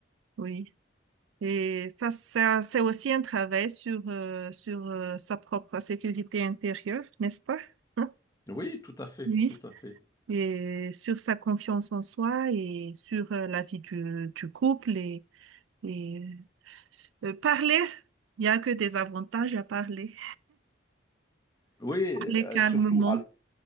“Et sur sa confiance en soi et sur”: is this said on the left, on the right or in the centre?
Right